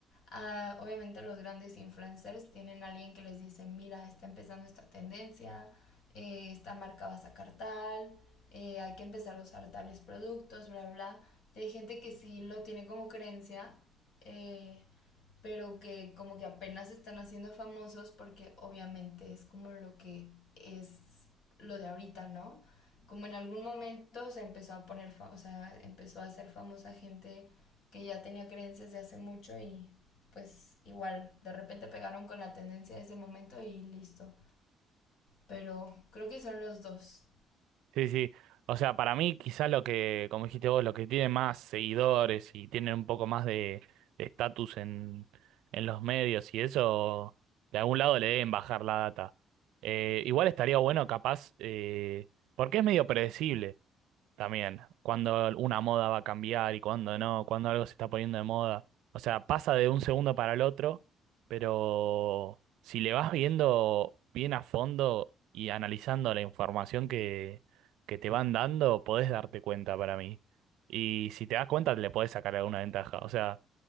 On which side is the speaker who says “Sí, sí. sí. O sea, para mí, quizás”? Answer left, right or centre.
Right